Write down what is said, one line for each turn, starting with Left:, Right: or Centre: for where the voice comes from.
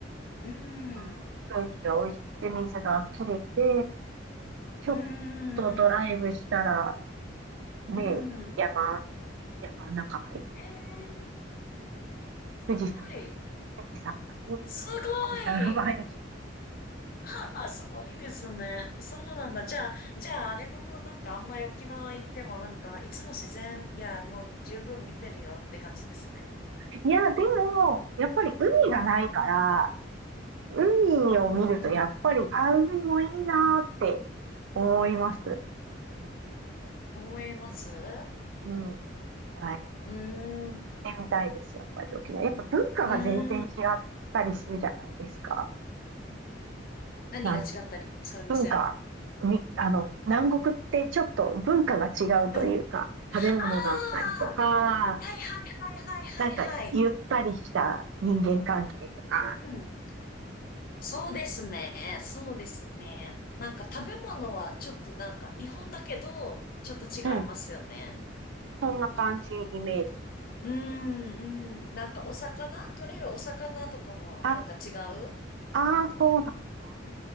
Left: うん、
Right: まあー空気が美味しくて水がきれいで、ちょっ
Left: うん、
Right: とドライブしたら、ね、
Left: うん。
Right: 山、山の中入って、
Left: へえ、すごい。
Right: 富士山が、富士山がて、
Left: すごい。
Right: 綺麗な富士山が毎日。
Left: <laughs> はあ、すごいですね。そうなんだ。じゃあ、じゃあ、あれだな、なんかあんまり沖縄行ってもなんか、いつも自然、いや、もう十分見てるよって感じですね。
Right: いや、でも、やっぱり海がないから、
Left: うん。
Right: 海を見るとやっぱり、
Left: うん。
Right: あ、海もいいなーって思います。
Left: 思いますう
Right: うん。はい。
Left: ーん。
Right: ってみたいです、やっぱり沖縄。やっぱ文化が全然違ったりするじゃないですか。
Left: うーん。何が違ったり、
Right: なんていう。
Left: すみません。
Right: 文化、み、あの、南国ってちょっと文化が違うというか、
Left: うん。あ
Right: 食べ物だったりとか、
Left: あ、はいはいはいはいはいはい。
Right: なんかゆったりした人間関係とか、
Left: うんうん。そうですね。そうですね。なんか食べ物はちょっとなんか日本だけど、ちょっと違いますよね。
Right: うん、そんな感じ、イメージ。
Left: うーん、うん。なんかお魚取れるお魚とかもなんか違う
Right: あ、ああ、そうなんだ。
Left: うー